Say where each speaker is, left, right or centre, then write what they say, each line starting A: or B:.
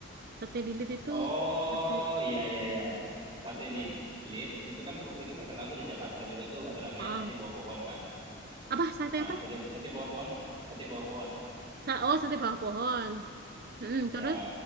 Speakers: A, on the right; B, on the right.
A: Sate lilit itu
B: Oh
A: Sate-
B: iya iya iya. Sate lilit. Itu kan waktu itu terkenal tuh di Jakarta juga tuh ada namanya
A: Oh,
B: sate bawah pohon kan.
A: apa sate
B: Nah,
A: apa?
B: sate sate bawah pohon, sate bawah pohon.
A: Sa- Oh, sate bawah pohon. Mm-mm, terus
B: Ya.